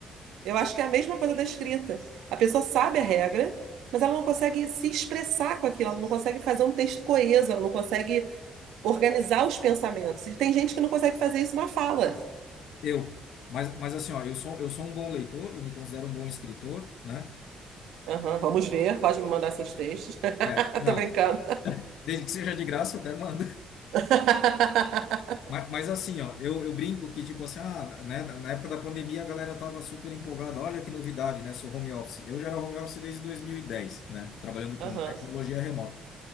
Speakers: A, on the right (about 80°); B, on the left (about 75°).
A: Eu acho que é a mesma coisa da escrita. A pessoa sabe a regra, mas ela não consegue se expressar com aquilo, ela não consegue fazer um texto coeso, ela não consegue organizar os pensamentos. E tem gente que não consegue fazer isso na fala.
B: Eu. Mas, mas assim, ó, eu sou, eu sou um bom leitor, eu me considero um bom escritor, né?
A: Aham, vamos ver, pode me mandar seus textos.
B: É,
A: Eu
B: não.
A: tô brincando.
B: Desde que seja de graça, até mando.
A: <laughs>
B: Mas, mas assim, ó, eu, eu brinco que, tipo assim, ah, né, na época da pandemia a galera tava super empolgada, olha que novidade, né, sou home office. Eu já era home office desde 2010, né, trabalhando com
A: Aham.
B: tecnologia remota.